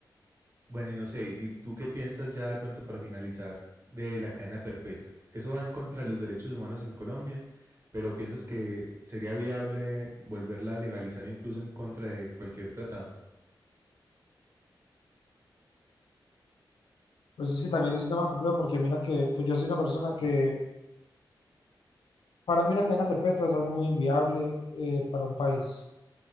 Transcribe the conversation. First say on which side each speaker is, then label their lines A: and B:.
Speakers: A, on the right; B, on the left.
A: bueno, y no sé, ¿y tú qué piensas ya de pronto para finalizar de la cadena perpetua? Eso va en contra de los derechos humanos en Colombia, pero ¿piensas que sería viable volverla a legalizar incluso en contra de cualquier tratado?
B: Pues es que también es un tema complejo porque mira que pues yo soy una persona que Para mí una cadena perpetua es algo muy inviable eh, para un país.